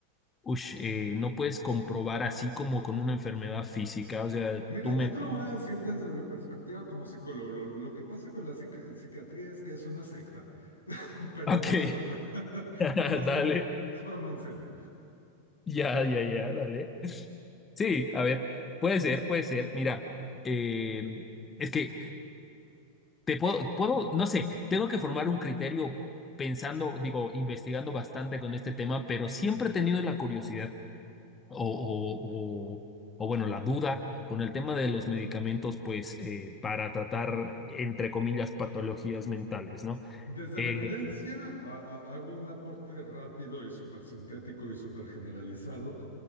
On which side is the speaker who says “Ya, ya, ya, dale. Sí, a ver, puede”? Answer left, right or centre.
Left